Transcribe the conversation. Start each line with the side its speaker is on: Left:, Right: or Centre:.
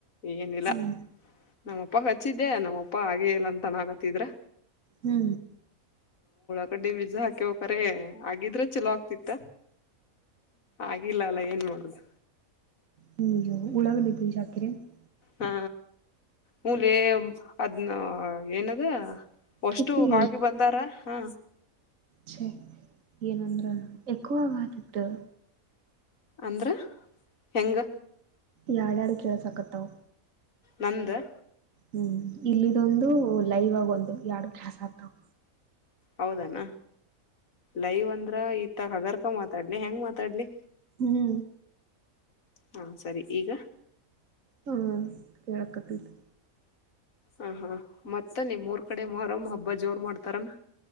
Left: ಏನಿಲ್ಲ?
Right: ಹ್ಮ್
Left: ನಮ್ಮ ಅಪ್ಪಗ ಹಚ್ಚಿದ್ದೆ ನಮ್ಮಪ್ಪ ಆಗೇ ಇಲ್ಲ ಅಂತ ಅನ್ನತಿದ್ರ.
Right: ಹೂ
Left: ಕಡಲ್ಲಿ ಬೀಜ ಹಕ್ಯವ್ ಕರೆ ಆಗಿದ್ರೆ ಚಲೋ ಆಗತ್ತಿತ್ತ. ಆಗಿಲ್ಲ ಅಲ್ಲ ಏನ್ ಮಾಡುದು.
Right: ಹೌದ ಉಳಾಗಡಿ ಬೀಜ ಹಾಕಿರೇನ್? <inaudible>
Left: ಹಾ ಹೂ ಲೇ ಅದನ್ನ ಏನದ? ವಷ್ಟು
Right: ಕಿತ್ತಿ
Left: ಹಾಕೀ ಬಂದಾರ ಹಾ
Right: ಛೆ ಏನಂದ್ರ ಎಕೋ ಆಗತಿತ್ತ.
Left: ಅಂದ್ರ ಹೆಂಗ?
Right: ಯಾಡ್ಯಾಡ್ ಕೇಳಸಾಕ್ಕತ್ತವಾ?
Left: ನಂದ?
Right: ಹೂ ಇಲ್ಲಿದೊಂದು ಲೈವ್ ಆಗ ಒಂದು ಯಾಡ ಕ್ಲಾಸ್ ಅಕ್ಕವಾ?
Left: ಹೌದ ಅನ್ ಲೈವ್ ಅಂದ್ರ ಇತ್ತ ಹಗರ್ಕ ಮಾತಾಡ್ಲಿ ಹೆಂಗ್ ಮಾತಾಡ್ಲಿ.
Right: ಹೂ
Left: ಹಾ ಸರಿ ಈಗ.
Right: ಹಾ ಕೆಳಾಕತ್ತತಿ.
Left: ಹ ಹಾ ಮತ್ತ ನಿಮ್ಮ ಊರ್ ಕಡೆ ಮೊಹರಂ ಹಬ್ಬ ಜೋರ್ ಮಾಡ್ತಾರ ಅನ್?